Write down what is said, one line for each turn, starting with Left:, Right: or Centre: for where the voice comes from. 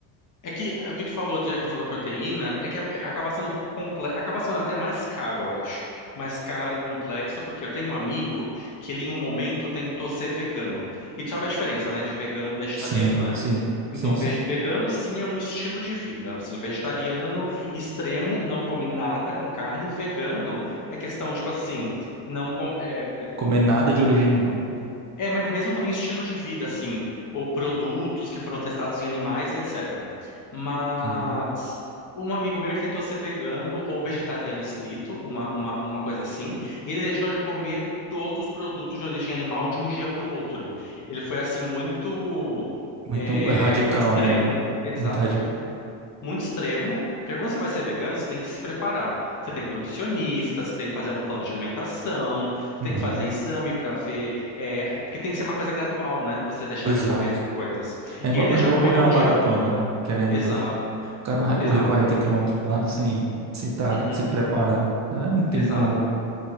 Left: é que o que tu falou de a questão da proteína é que é- acaba sendo um pouco complexo, acaba sendo até mais caro, eu acho. Mais caro, complexo, porque eu tenho um amigo que ele em um momento tentou ser vegano. E tu sabe a diferença, né, de vegano e vegetariano,
Right: Sim,
Left: né?
Right: sim,
Left: Então,
Right: sim, sim.
Left: vege- vegano sim é um estilo de vida. Assim, o vegetariano extremo não come nada com carne. Vegano é questão, tipo assim, não com- é,
Right: Comer nada de origem animal.
Left: é, mas mesmo também estilo de vida, assim, ou produtos que foram testados em animais e etc. Mas
Right: Entendi.
Left: um amigo meu, ele tentou ser vegano ou vegetariano estrito, uma, uma, uma coisa assim, e ele deixou de comer todos os produtos de origem animal de um dia para o outro. Ele foi assim muito
Right: Muito
Left: é,
Right: radical,
Left: extremo,
Right: né?
Left: exato
Right: É muito radical.
Left: muito extremo, porque quando você vai ser vegano, você tem que se preparar. Você tem que ir no nutricionista, você tem que fazer um plano de alimentação, você
Right: Uhum.
Left: tem que fazer exame para ver, é, é porque tem que ser uma coisa gradual, né? Você deixar
Right: Exato.
Left: de comer essas coisas.
Right: É igual,
Left: E ele deixou
Right: é igual
Left: de comer
Right: correr
Left: de um
Right: uma maratona,
Left: dia para o outro.
Right: né? Querendo
Left: Exato,
Right: ou não, tipo, o cara não vai correr
Left: exato.
Right: 40 quilômetros do nada sem sem estar
Left: Uhum,
Right: se preparando. né? Não tem
Left: exato.
Right: como, velho.